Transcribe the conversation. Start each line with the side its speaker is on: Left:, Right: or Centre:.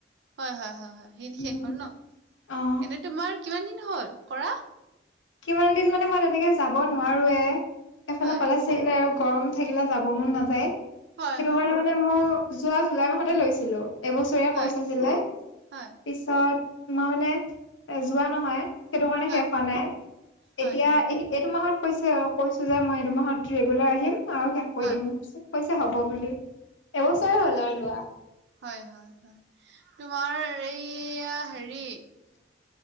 Right: হয় হয় হয় সেইখিন শেষ
Left: উম,
Right: হ'ল ন?
Left: অ',
Right: এনে তোমাৰ কিমান দিন হ'ল, কৰা?
Left: কিমান দিন মানে মই তেনেকে যাব নোৱাৰোৱে, এফালে
Right: হয়,
Left: কলেজ থাকিলে আৰু গৰম থাকিলে যাব মন নাযায় সেইটো
Right: হয়, হয়,
Left: কাৰণে মানে মই যোৱা জুলাই মাহতে লৈছিলো। এবছৰীয়া
Right: হয়,
Left: কৰ্চ আছিলে,
Right: হয়,
Left: পিছত তোমাৰ মানে এ যোৱা নহয় সেইটো কাৰণে
Right: হয়,
Left: শেষ হোৱা নাই
Right: হয়,
Left: এতিয়া,
Right: হয়,
Left: এইটো মাহত মাহত কৈছে, কৈছোঁ যে মই এইটো মাহত ৰেগুলাৰ আহিম আৰু শেষ কৰি
Right: হয়,
Left: দিম, কৈছে হ'ব বুলি। এবছৰে হ'ল
Right: হয়,
Left: আৰু লোৱা।
Right: হয় হয় হয় তোমাৰ এইয়া হেৰি